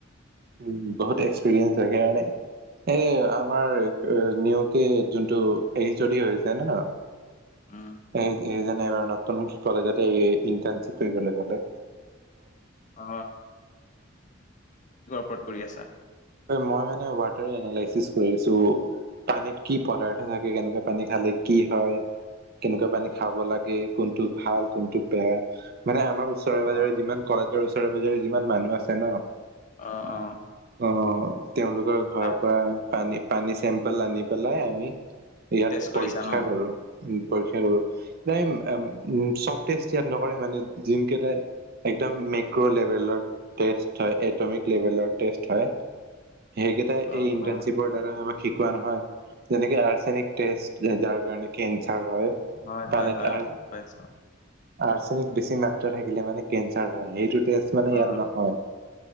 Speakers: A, on the right; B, on the left.
A: উ, বহুত এক্সপিৰিয়েন্ঞ্চ হয়, সেই কাৰণে এ আমাৰ নিওকে, যোনটো এইচ অ ডি হৈছে ন
B: উম
A: এই এই নাই বাৰু, নতুন কলেজত এই ইণ্টাৰ্ণচিপ কৰিবলৈ গলে
B: অ কত কৰি আছা?
A: মই মানে ৱাটাৰ এনালাইচিস কৰি আছো। পানীত কি পদাৰ্থ থাকে, কেনেকুৱা পানী খালে কি হয় কেনেকুৱা পানী খাব লাগে, কোনটো ভাল, কোনটো বেয়া, মানে আমাৰ ওচৰে-পাজৰে
B: অ
A: যিমান কলেজৰ ওচৰৰে-পাজৰে যিমান মানুহ আছে ন
B: অ অ
A: অ, তেওঁলোকৰ ঘৰৰ
B: তাৰ
A: পৰা পানী, পানী চেম্পেল আনি পেলাই আমি ইয়াত
B: টেষ্ট কৰিছা
A: পৰীক্ষা
B: ন
A: কৰো। উ, পৰীক্ষা কৰো, চব টেষ্ট ইয়াত নকৰে মানে যোনকেইটাই একদম মেক্ৰ লেভেলৰ টেষ্ট হয়, এটমিক লেভেলৰ টেষ্ট হয়। সেইকেইটা
B: অ
A: এই ইণ্টাৰ্ণশ্বিপৰ
B: অ
A: দ্বাৰা আমাক শিক পোৱা নহয়, যেনেকে আৰ্ছেনিক টেষ্ট যাৰ কাৰণে কেন ছাৰ হয়,
B: হয় হয়
A: পানীত
B: হয় গম পাইছো
A: আৰ্চেনিক বেছি মাত্ৰা থাকিলে মানে কেঞ্চাৰ হয়, সেইটো টেষ্ট মানে
B: অ,
A: ইয়াত নহয়।